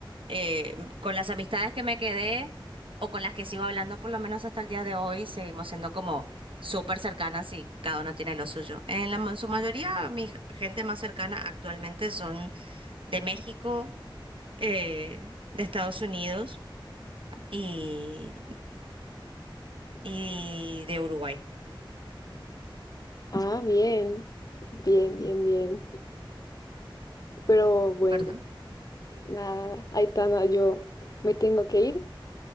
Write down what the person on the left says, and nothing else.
Ah, bien, bien, bien, bien. Pero bueno,
nada, Aitana, yo me tengo que ir.